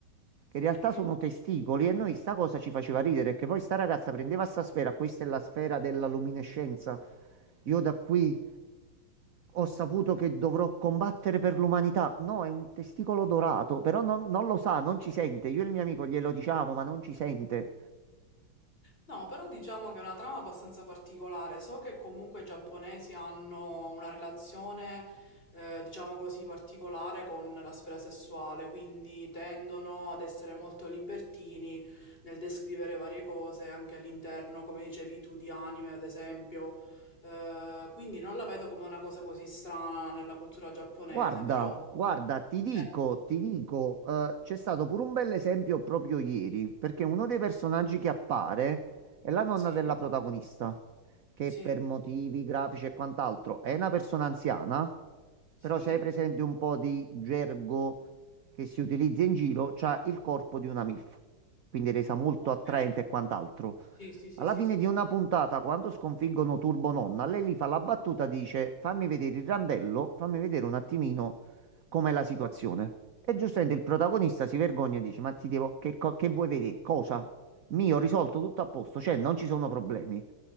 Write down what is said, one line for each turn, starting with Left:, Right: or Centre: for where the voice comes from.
Right: che
Left: Sì.
Right: in realtà sono testicoli e noi sta cosa ci faceva ridere, che poi sta ragazza prendeva sta sfera, questa è la sfera della luminescenza. Io da qui ho saputo che dovrò combattere per l'umanità. No, è un testicolo dorato, però non, non lo sa, non ci sente. Io e il mio amico glielo diciamo, ma non ci sente.
Left: No, però diciamo che è una trama abbastanza particolare. So che comunque i giapponesi hanno una relazione, eh, diciamo così, particolare con la sfera sessuale, quindi tendono ad essere molto libertini nel descrivere varie cose anche all'interno, come dicevi tu, di anime, ad esempio. Eh, quindi non la vedo come una cosa così strana nella cultura giapponese,
Right: Guarda,
Left: però...
Right: guarda, ti dico,
Left: eh,
Right: ti dico, eh, c'è stato pure un bel esempio proprio ieri, perché uno dei personaggi che appare è la nonna
Left: sì,
Right: della protagonista, che
Left: sì,
Right: per motivi grafici e quant'altro è una persona anziana,
Left: sì,
Right: però se hai presente un po' di gergo che si utilizza in giro, c'ha il corpo di una MILF, quindi resa molto
Left: ok.
Right: attraente e quant'altro.
Left: Sì, sì, sì,
Right: Alla
Left: sì,
Right: fine
Left: sì,
Right: di
Left: sì,
Right: una puntata, quando sconfiggono Turbo Nonna, lei lì fa la battuta, dice fammi vedere il randello, fammi vedere un attimino com'è la situazione. E giustamente il protagonista si vergogna e dice ma ti devo, che, co- che vuoi vedere? Cosa? Mio, ho risolto tutto a posto, cioè non ci sono problemi.